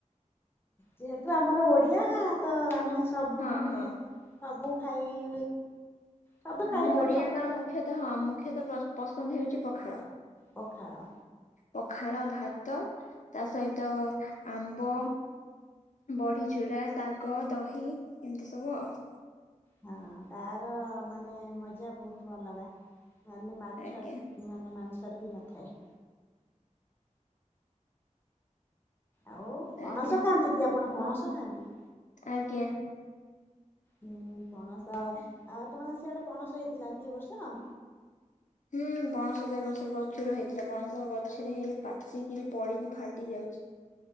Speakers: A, on the left (about 15°); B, on the left (about 70°).
A: ଯେହେତୁ ଆମର ଓଡିଆ ତ ଆମେ ସବୁ
B: ହଁ
A: ମାନେ
B: ହଁ
A: ସବୁ ଖାଇ ସବୁ ଖାଇପାରୁ
B: ଆମ ଓଡ଼ିଆଙ୍କର
A: ସବୁଥିରେ
B: ମୁଖ୍ୟତଃ ହଁ ମୁଖ୍ୟତଃ ପ ପସନ୍ଦ ହେଉଛି ପଖାଳ।
A: ପଖାଳ।
B: ପଖାଳ ଭାତ ତା ସହିତ ଆମ୍ବ ବଢି ଚୁରା, ଶାଗ, ଦହି ଏମିତି ସବୁ ଆଉ।
A: ହଁ ତାର ମାନେ ମଜା ବହୁତ ଅଲଗା ମାନେ ମାଛ
B: ଆଜ୍ଞା।
A: ଚି ମାନେ ମାଂସରେ ବି ନଥାଏ। ଆଉ
B: ଆଜ୍ଞା
A: ପଣସ ଖାଆନ୍ତି କି ଆପଣ ପଣସ ଖାଆନ୍ତି?
B: ଆଜ୍ଞା।
A: ହୁଁ ପଣସ ଆଉ ଆପଣଙ୍କ ସିଆଡେ ପଣସ ହେଇଥିଲା କି ଏବର୍ଷ?
B: ହୁଁ ପଣଶ ତ ଏ ବର୍ଷ ପ୍ରଚୁର ହେଇଥିଲା ପଣସ ଗଛରେ ହେଇ ପାଚିକିରି ପଡିକି ଫାଟି ଯାଉଛି।